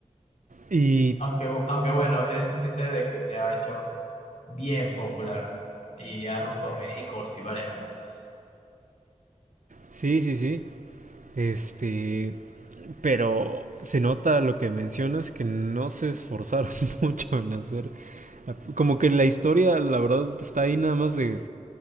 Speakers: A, on the right (about 85°); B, on the left (about 70°).
A: y
B: Aunque, bu- aunque bueno, eso sí sé de que se ha hecho bien popular y ha roto récords y varias cosas.
A: sí, sí, sí. Este, pero se nota lo que mencionas que no se esforzaron <laughs> mucho en hacer. Como que la historia, la verdad, está ahí nada más de,